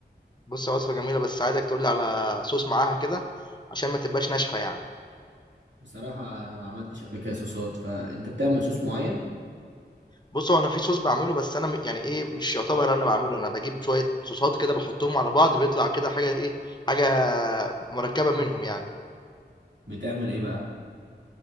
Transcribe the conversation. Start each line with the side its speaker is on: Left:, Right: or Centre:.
Left: بص هي وصفة جميلة بس عايزك تقولي على صوص معاها كده عشان ما تبقاش ناشفة يعني
Right: بصراحة أنا ما عملتش قبل كده صوصات فأنت بتعمل صوص معين
Left: بص هو انا في صوص بعمله بس انا م- يعني ايه مش يعتبر انا بعمله انا بجيب شوية صوصات كده بحطهم على بعض بيطلع كده حاجة ايه حاجة مركبة منهم يعني
Right: بتعمل إيه بقى؟